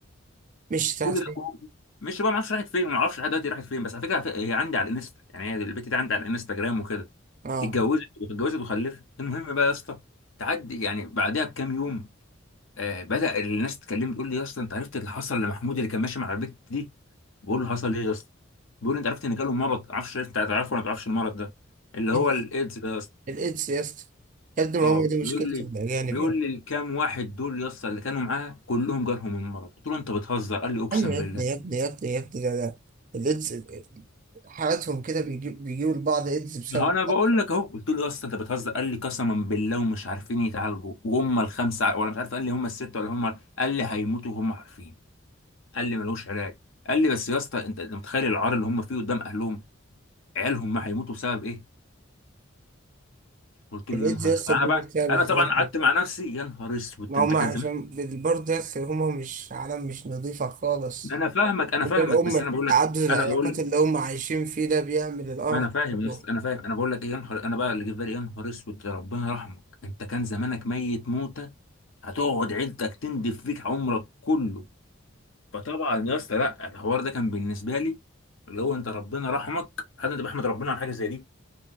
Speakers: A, on the right; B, on the left.
A: مش بتاعت
B: كل
A: فين
B: ده جوه. مش بقى ما اعرفش راحت فين ما اعرفش لحد دلوقتي راحت فين بس على فكره هي عندي على الانستا يعني هي البت دي عندي على الانستجرام وكده
A: اه
B: اتجوزت واتجوزت وخلفت المهم بقى يا اسطى تعدي يعني بعدها بكام يوم آه بدأ الناس تكلمني تقول لي يا اسطى انت عرفت اللي حصل لمحمود اللي كان ماشي مع البت دي بقول له حصل ايه يا اسطى بيقول لي انت عرفت ان جاله مرض عارفش انت هتعرفه ولا ما تعرفش المرض ده اللي هو
A: إيدز.
B: الايدز ده يا اسطى
A: الايدز يا اسطى يا ابني
B: اه
A: ما هو دي مشكلة
B: بيقول لي
A: الاجانب
B: بيقول
A: يا ابني
B: لي الكام واحد دول يا اسطى اللي كانوا معاه كلهم جالهم المرض قلت له انت بتهزر قال لي اقسم
A: ايوه يا
B: بالله
A: ابني يا ابني يا ابني يا ابني ده ده الايدز حالاتهم كده بيجيب بيجيبوا لبعض ايدز بسبب
B: ما هو انا بقول لك اهو قلت له يا اسطى انت بتهزر قال لي قسما بالله ومش عارفين يتعالجوا وهم الخمسه ولا مش عارف قال لي هم السته ولا هم قال لي هيموتوا وهم عارفين قال لي ملوش علاج قال لي بس يا اسطى انت أنت متخيل العار اللي هم فيه قدام اهلهم عيالهم ما هيموتوا بسبب ايه قلت له
A: الايدز
B: يا نهار
A: يا اسطى
B: اسود انا
A: بيجي
B: بقى
A: بسبب
B: انا
A: الحاجات
B: طبعا
A: دي
B: قعدت مع نفسي يا نهار اسود
A: ما
B: انت
A: هم
B: كان
A: عشان
B: زمان
A: برضه يا اسطى هم مش عالم مش نظيفة خالص
B: انا فاهمك انا
A: وده
B: فاهمك
A: الأم
B: بس انا بقول
A: تعدد
B: لك
A: العلاقات
B: انا بقول
A: اللي هم عايشين فيه ده بيعمل القرف
B: ما انا
A: ده
B: فاهم يا
A: كله
B: اسطى انا فاهم انا بقول لك إيه، يا نهار انا بقى اللي جه في بالي يا نهار اسود يا ربنا يرحمك انت كان زمانك ميت موته هتقعد عيلتك تندف فيك عمرك كله فطبعا يا اسطى لا الحوار ده كان بالنسبه لي اللي هو انت ربنا رحمك انا ده بحمد ربنا على حاجه زي دي